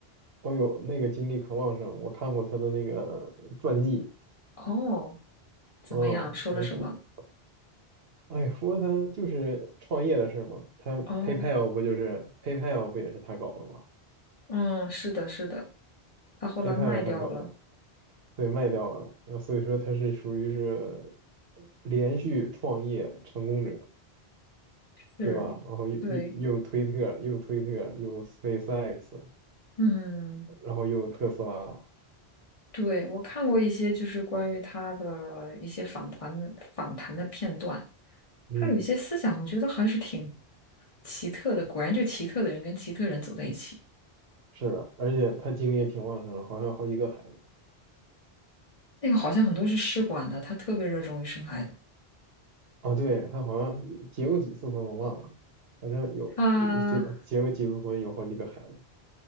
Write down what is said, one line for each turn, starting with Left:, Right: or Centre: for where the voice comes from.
Right: 哦呦，那个精力可旺盛，我看过他的那个传记，
Left: 哦，怎么样？
Right: 嗯，
Left: 说了什么？
Right: 什么古哎呀，不过他就是创业的事儿嘛，他
Left: 哦，
Right: PayPal 不就是 PayPal 不也是他搞的吗
Left: 嗯，是的，是的，他后来卖掉了。
Right: ？PayPal 是他搞的，对，卖掉了，呃所以说他是属于是连续创业成功者，
Left: 是，
Right: 对吧？然后又又又推特，
Left: 对，
Right: 又推特，又 SpaceX，
Left: 嗯，
Right: 然后又特斯拉，
Left: 对，我看过一些就是关于他的一些访谈访谈的片段，
Right: 嗯，
Left: 他有一些思想，我觉得还是挺奇特的。果然，就奇特的人跟奇特人走在一起。
Right: 是的，而且他精力也挺旺盛的，好像有好几个孩子。
Left: 那个好像很多是试管的，他特别热衷于生孩子。
Right: 哦，对，他好像结过几次婚，我忘了，反正有有结结过几次婚，
Left: 他
Right: 有好几个孩子。